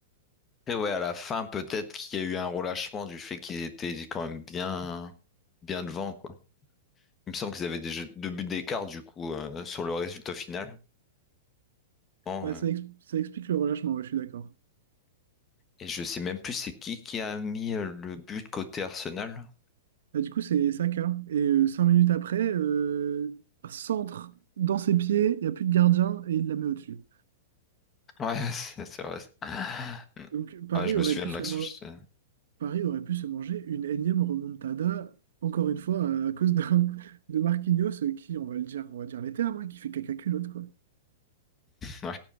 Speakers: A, on the left; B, on the right.
A: Après, ouais, à la fin, peut-être qu'il y a eu un relâchement du fait qu'ils étaient quand même bien, bien devant, quoi. Il me semble qu'ils avaient des jeux- deux buts d'écart, du coup, euh, sur le résultat final. Bon,
B: Bah,
A: euh,
B: ça, ex- ça explique le relâchement, ouais, je suis d'accord.
A: et je sais même plus c'est qui qui a mis euh, le but côté Arsenal.
B: Bah, du coup, c'est Saka. Et euh, cinq minutes après, euh, centre dans ses pieds, il n'y a plus de gardien et il la met au-dessus.
A: Ouais, <laughs> c'est c'est vrai. Mm.
B: Donc Paris
A: Ouais, je me
B: aurait
A: souviens
B: pu
A: de
B: se,
A: l'action.
B: mo-
A: je sais.
B: Paris aurait pu se manger une énième remontada, encore une fois, à cause d'un- de Marquinhos euh, qui, on va le dire, on va dire les termes, hein, qui fait caca culotte, quoi.
A: Ouais.